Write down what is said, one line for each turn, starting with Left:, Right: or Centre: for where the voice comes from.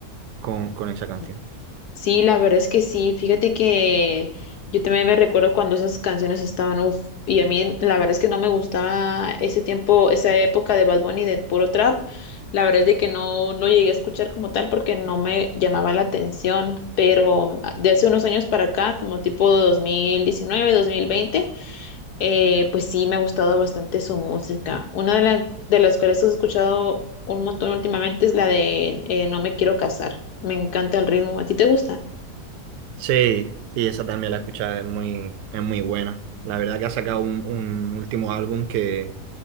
Right: con, con esa canción.
Left: Ujú. Sí, la verdad es que sí. Fíjate que yo también me recuerdo cuando esas canciones estaban, uff, y a mí la verdad es que no me gustaba ese tiempo, esa época de Bad Bunny de puro trap. La verdad es de que no lo llegué a escuchar como tal porque no me llamaba la atención, pero ah, de hace unos años para acá, como tipo 2019, 2020, eh, pues sí me ha gustado bastante su música. Una de, la- de las cuales he escuchado un montón últimamente es la de eh, No me quiero casar. Me encanta el ritmo. ¿A ti te gusta?
Right: Sí, sí, esa también la he escuchado, es muy, es muy buena. La verdad que ha sacado un, un último álbum que,